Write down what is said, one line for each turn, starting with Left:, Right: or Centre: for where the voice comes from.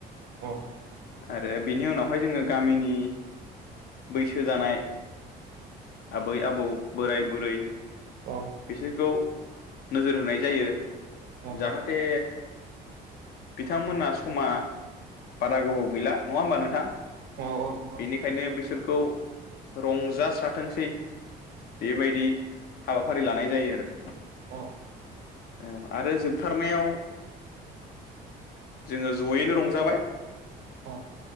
Right: औ
Left: आरो बिनि उनावहाय जोङो गामिनि बैसो जानाय आबै आबौ बोराय बुरै
Right: औ
Left: सोरखौ नोजोर होनाय जायो
Right: औ
Left: जाहाथे बिथांमोना समा बारा गोबाव गैला नङा होमबा नोंथां
Right: औ औ नंगौ
Left: बेनिखायनो
Right: नोंथां
Left: बिसोरखौ रंजास्राथोंसै बेबायदि हाबा फारि लानाय जायो आरो
Right: औ
Left: औ आरो जोबथारनायाव जोङो जयैनो रंजाबाय
Right: अ